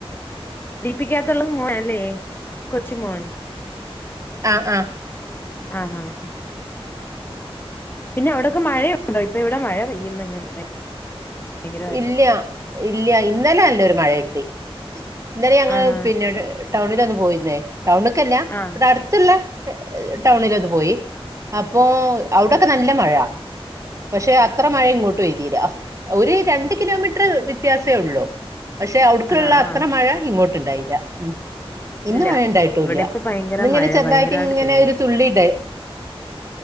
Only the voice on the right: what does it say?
ആഹ ആഹ
ഇല്ല ഇല്ല ഇന്നലെ അല്ല ഒരു മഴ കിട്ടി ഇന്നലെ ഞങ്ങള്
പിന്നെട് ടൗണില ഒന്ന് പോയിരുന്നേ ടൗണക്കല്ലയാ
ഇവിടെ അടുത്ത്ല്ല ടൗണിലൊന്ന് പോയി അപ്പോ അവിടൊക്കെ നല്ല മഴ പക്ഷെ അത്ര മഴ ഇങ്ങോട്ട് പഴുതിയിലാ ഒരു രണ്ട് കിലോമീറ്റർ വ്യത്യാസമേ ഉള്ളൂ പക്ഷെ അടുക്കുള്ള
അത്ര
മഴ ഇങ്ങോട്ട് ഉണ്ടായില്ല ഉ ഇന്ന്
മയ ഉണ്ടായിട്ടുംല്ല
ഇന്നിങ്ങനെ
ചെറുതായിട്ട്
ഇങ്ങനെ
ഒരു തുള്ളിണ്ട